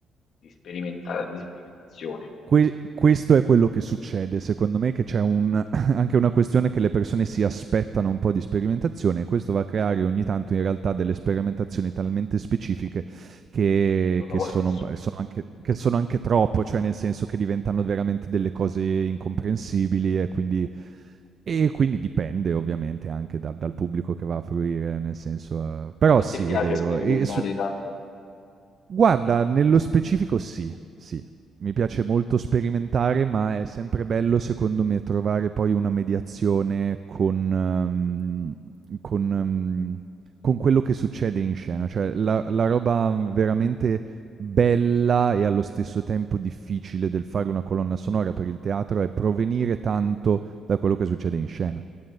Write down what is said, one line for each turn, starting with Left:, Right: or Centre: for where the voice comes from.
Left: di sperimenta- di sperimentazione
Right: Que questo è quello che succede, secondo me, che c'è un <coughs> <laughs> anche una questione che le persone si aspettano un po' di sperimentazione e questo va a creare ogni tanto in realtà delle sperimentazioni talmente specifiche che
Left: e non
Right: che
Left: la vuole
Right: sono
Left: nessuno.
Right: un p sono anche che sono anche troppo, cioè nel senso che diventano veramente delle cose incomprensibili e quindi e quindi dipende ovviamente anche dal dal pubblico che va a fruire, nel senso, uhm però
Left: E a
Right: sì,
Left: te piace
Right: è vero.
Left: sperimentare
Right: E su
Left: tanto?
Right: Guarda, nello specifico sì, sì. Mi piace molto sperimentare, ma è sempre bello secondo me trovare poi una mediazione con ehm, con mhmm, con quello che succede in scena. Cioè la la roba veramente bella e allo stesso tempo difficile del fare una colonna sonora per il teatro è provenire tanto da quello che succede in scena